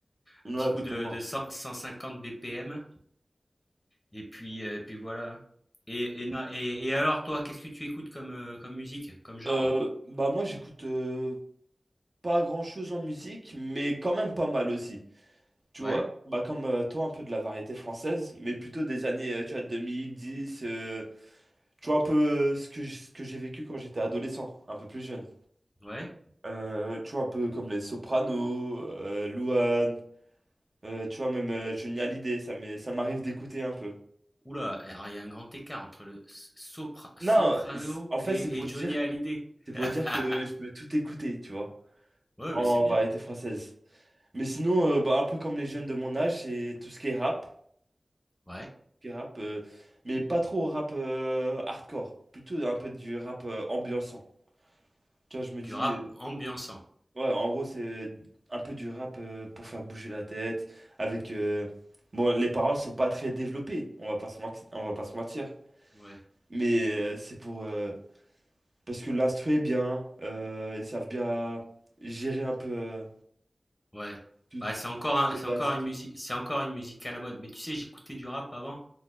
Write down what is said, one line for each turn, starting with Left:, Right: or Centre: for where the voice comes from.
Right: Ouais,
Left: Un petit coup
Right: totalement.
Left: de de cent 150 BPM et puis, heu, et puis voilà, hein. Et et na et et alors toi, qu'est-ce que tu écoutes comme, heu, comme musique, comme genre?
Right: Euh, bah moi j'écoute euh, pas grand-chose en musique, mais quand même pas mal aussi. Tu
Left: Ouais,
Right: vois, bah comme euh, toi, un peu de la variété française, mais plutôt des années, euh, tu vois, 2010, euh, tu vois, un peu euh, ce que, j- ce que j'ai vécu quand j'étais adolescent, un peu plus jeune.
Left: ouais.
Right: Euh, tu vois, un peu comme les Sopranos, euh, Louane, euh, tu vois, même euh, Johnny Hallyday, ça m'est- ça m'arrive d'écouter un peu.
Left: oula alors il y a un grand écart entre le s sopra soprano
Right: Non, c'est- en fait,
Left: et
Right: c'est pour
Left: et Johnny
Right: dire,
Left: Hallyday.
Right: c'est pour
Left: <laughs>
Right: dire que je peux tout écouter, tu vois,
Left: Ouais,
Right: en
Left: mais c'est bien.
Right: variété française. Mais sinon, euh, bah, un peu comme les jeunes de mon âge, c'est tout ce qui est rap.
Left: Ouais,
Right: qui rappe, euh, mais pas trop rap euh, hardcore, plutôt un peu du rap euh, ambiançant. Tu vois, je me
Left: du
Right: dis,
Left: rap
Right: euh,
Left: ambiançant.
Right: ouais, en gros, c'est un peu du rap euh, pour faire bouger la tête, avec... euh, Bon, les paroles sont pas très développées, on va pas se mentir, on va pas se mentir,
Left: Ouais.
Right: mais euh, c'est pour... euh, Parce que l'instru est bien, euh, ils savent bien gérer un peu euh,
Left: Ouais.
Right: tout,
Left: Bah, c'est encore
Right: tout ce
Left: un
Right: qui
Left: c'est
Right: passe
Left: encore
Right: et
Left: une
Right: tout.
Left: musique c'est encore une musique à la mode. Mais tu sais, j'écoutais du rap avant,